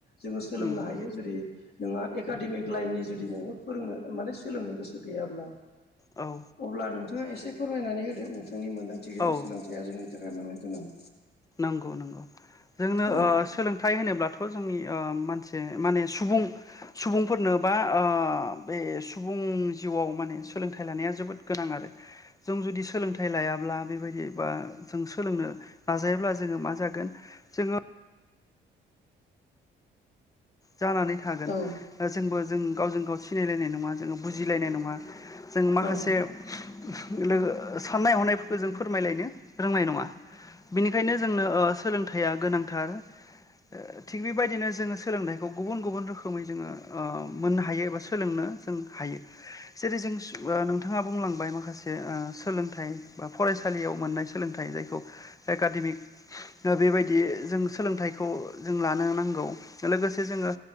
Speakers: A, on the left; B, on the left.
A: जोङो सोलोंनो
B: उम
A: हायो ।जुदि, नोंहा एकाडेमिक लाइननि जुदि नोङो फोरोंनो, माने सोलोंनो गोसो गैयाब्ला।
B: औ
A: अब्ला, नोंथाङा एसे फोरमायनानै होदो । नोंथांनि मोन्दांथियै
B: औ
A: सोलोंथाइया जोंनि थाखाय मानो गोनां।
B: नंगौ-नंगौ । जोंनो
A: औ
B: ओ सोलोंथाइ होनोब्लाथ' जोंनि ओ, मानसे माने सुबुं, सुबुंफोरनो बा, ओ बे सुबुं जिउआव माने सोलोंथाइ लानाया जोबोद गोनां आरो। जों जुदि, सोलोंथाइ लायाब्ला बेबायदि बा, जों सोलोंनो नाजायाब्ला जोङो मा जागोन? जोङो जानानै थागोन
A: औ
B: जोंबो जों गावजों - गाव सिनायलायनाय नङा, जोङो बुजिलायनाय नङा, जों माखासे
A: उम
B: <unintelligible> लोगो साननाय -हनायफोरखौ जों फोरमायलायनो रोंनाय नङा। बेनिखायनो, जोंनो ओ सोलोंथाइया गोनांथार, ओ थिग बिबायदिनो जोङो सोलोंथाइ गुबुन गुबुन रोखोमै जोङो मोननो हायो एबा सोलोंनो जों हायो जेरै जों <unintelligible> नोंथाङा बुंलांबाय माखासे सोलोंथाइ बा फरायसालियाव मोननाय सोलोंथाइ जायखौ एकाडेमिक बेबायदि जों सोलोंथाइखौ जों लानो नांगौ लोगोसे जोङो